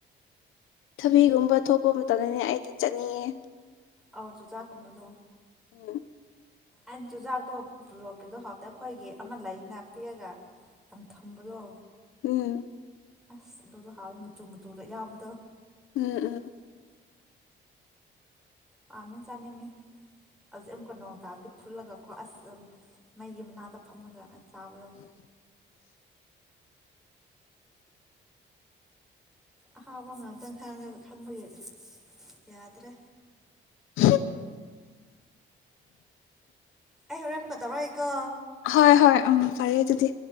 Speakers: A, on the left; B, in the centre.
A: ꯊꯕꯤꯒꯨꯝꯕ ꯊꯣꯛꯄ ꯃꯇꯝꯗꯅꯦ ꯑꯩ ꯗꯤ ꯆꯠꯅꯤꯡꯑꯦ
B: ꯑꯧ ꯆꯨꯖꯥꯛꯀꯨꯝꯕꯗꯣ
A: ꯎ
B: ꯑꯩꯅ ꯆꯨꯖꯥꯛꯇꯣ ꯕ꯭ꯂꯣꯛꯀꯤꯗꯣ ꯍꯥꯎꯇ ꯑꯩꯈꯣꯏꯒꯤ ꯑꯃ ꯂꯥꯏꯔꯤꯛ ꯅꯥ ꯄꯤꯑꯒ ꯌꯥꯝ ꯊꯨꯝꯕꯗꯣ
A: ꯎꯝ
B: ꯑꯁ ꯑꯗꯨꯗꯣ ꯍꯥꯎꯋꯤ ꯃꯆꯨ ꯃꯆꯨꯗꯣ ꯌꯥꯕꯗꯣ
A: ꯎꯝ ꯎꯝ
B: ꯄꯥꯝꯃꯦ ꯆꯥꯅꯤꯡꯉꯦ ꯍꯧꯖꯤꯛ ꯑꯃꯨꯛꯀ ꯅꯣꯡ ꯇꯥꯞꯀꯤ ꯐꯨꯠꯂꯒ ꯀꯣ ꯑꯁ ꯃꯩꯒꯤ ꯃꯅꯥꯛꯇ ꯐꯝꯃꯒ ꯆꯥꯕꯗ ꯑꯍꯥꯕ ꯉꯥꯛꯇꯪ ꯈꯪꯕꯒꯤ ꯌꯥꯗ꯭ꯔꯦ
A: <inaudible>
B: ꯑꯩ ꯍꯣꯔꯦꯟ ꯑꯃꯨꯛꯀ ꯇꯧꯔꯛꯏꯀꯣ
A: ꯍ ꯍ ꯎ ꯄꯔꯦ ꯑꯗꯨꯗꯤ